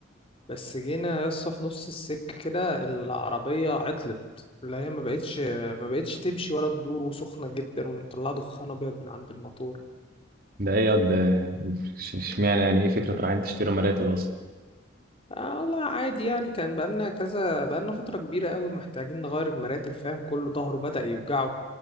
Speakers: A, on the left; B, on the right.
A: بس جينا يسطا في نص السكه كده العربيه عطلت اللي هي ما بقتش ما بقتش تمشي ولا تدور وسخنه جدا ومطلعه دخان ابيض من عند الموتور
B: ده ايه ياض آه، ش- اشمعنى يعني ايه فكرة رايحين تشتروا مراتب اصلا
A: آه والله عادي يعني كان بقالنا كذا بقالنا فترة كبيرة قوي محتاجين نغير المراتب فاهم كله ظهره بدأ يوجعه